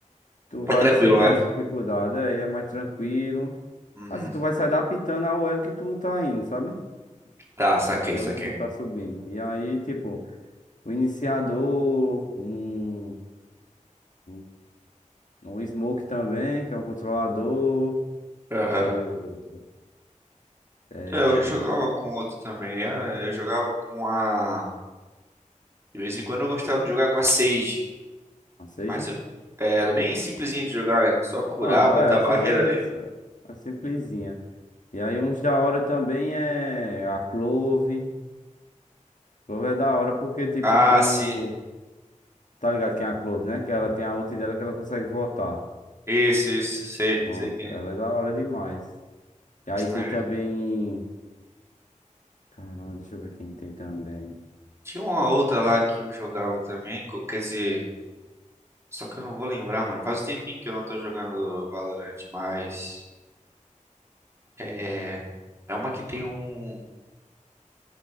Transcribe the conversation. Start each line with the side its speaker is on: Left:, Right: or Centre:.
Left: tu vai
Right: É tranquilo,
Left: sentir
Right: né?
Left: as dificuldades, aí é mais tranquilo.
Right: Uhum.
Left: Assim, tu vai se adaptando ao elo que tu tá indo, sabe?
Right: Tá, saquei,
Left: Ao
Right: saquei.
Left: elo que tu tá subindo. E aí, tipo, o iniciador, um, um um smoke também, que é um controlador.
Right: Aham.
Left: Deixa eu ver outro. É.
Right: É, Eu jogava com outro também. Ah, Eu jogava com a. De vez em quando eu gostava de jogar com a Sage.
Left: A Sage?
Right: Mas eu... é, era bem simplesinho de jogar, né? Só curar,
Left: Pronto,
Right: botar
Left: ah, é, a
Right: a barreira
Left: Sage é,
Right: ali.
Left: é simplesinha. E aí uns da hora também é a Clove. Clove é da hora porque, tipo,
Right: Ah,
Left: tu
Right: sim.
Left: tá ligado quem é a Clove, né? Que ela tem a outra dela que ela consegue votar.
Right: Isso, isso. Sei,
Left: Pronto,
Right: sei quem
Left: ela
Right: é.
Left: é da hora demais. E aí tem
Right: É,
Left: também. Caramba, deixa eu ver quem tem também.
Right: Tinha uma outra lá que eu jogava também, co- quer dizer, só que eu não vou lembrar, mano. Faz um tempinho que eu não tô jogando Valorant, mas é é uma que tem um